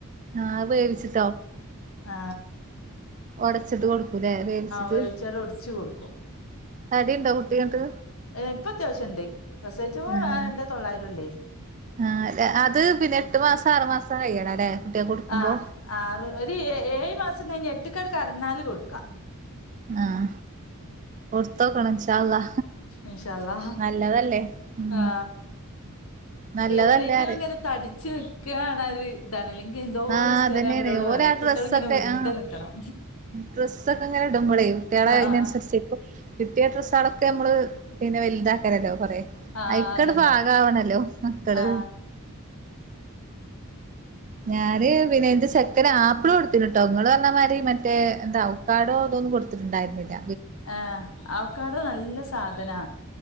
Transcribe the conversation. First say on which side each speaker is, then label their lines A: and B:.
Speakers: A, on the right; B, on the left.
A: ആ അത്‌ വേവിച്ചിട്ടോ
B: ആ
A: ഒടച്ചിട്ട് കൊടുക്കൂലേ വേവിച്ചിട്ട്
B: വേവിച്ചാണ്ട് ഒടിച്ചു കൊടുക്കും
A: തടിയുണ്ടോ കുട്ടി എന്നിട്ട്
B: ഇപ്പം അത്യാവശ്യം ഉണ്ട് പ്രെസവിച്ചപ്പോ
A: ആഹ്
B: എന്റെ തൊള്ളായിരം ഉള്ളേനും
A: ആഹ് അത് പിന്നെ എട്ട് മാസം ആറു മാസം കഴിയണല്ലേ കുട്ടിയാക്ക് കൊടുക്കുമ്പോ
B: ആ ആറ് ഒരു ഏഴ് മാസം കഴിഞ്ഞിഎട്ടിക്കങ്ങ് കടന്നാല് കൊടുക്കാം
A: ആഹ കൊടുത്തോക്കണം ഇൻഷാ അള്ളാ
B: ഇന്ഷാ അള്ളാ
A: നല്ലതല്ലേ ഉം
B: ങാ
A: നല്ലതല്ലേ
B: ഒലൈറ്റ്
A: അറിം
B: ഇങ്ങനെ തടിച്ച് നിക്കുകാണ് ഇതാണ് അല്ലെങ്കിൽ എന്തോ
A: ആഹ
B: ഒരു ഇഷ്ടമാണ്
A: അതന്നെയ
B: അവലോട്
A: ഓരാ
B: പറയും കുട്ടികൾ
A: ഡ്രസ്സൊക്കെ
B: ഇങ്ങനെ ഉരുണ്ട്
A: ആ
B: നിൽക്കണം
A: ഡ്രസ്സൊക്കെ ഇങ്ങനെ ഇടുമ്പോളേ കുട്ടികളെ
B: ആ
A: അതിനനുസരിച്ച്
B: ആ
A: ഇപ്പ കിട്ടിയ ഡ്രസ്സ്കളൊക്കെ നമ്മള് പിന്നെ വലുതാക്കലല്ലോ കൊറെ
B: ആ ആ
A: അയിക്കട്
B: അതന്നെ
A: പാകായാവണല്ലോ മക്കള്
B: ആ
A: ഞാന് പിന്നെ എന്റെ ചെക്കന് ആപ്പിള് കൊടുത്തിന് ട്ടോ ഇങ്ങള് പറഞ്ഞ മാരി മറ്റേ എന്താ അവക്കാഡോ അതൊന്നുംകൊടുത്തിട്ടുണ്ടായിരുന്നില്ല
B: ആ അവക്കാഡോ നല്ല സാധനാ